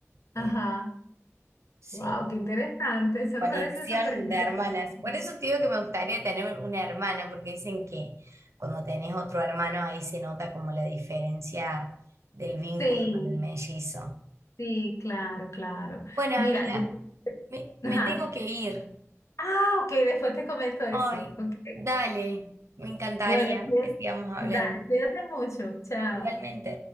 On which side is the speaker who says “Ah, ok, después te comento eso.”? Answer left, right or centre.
Left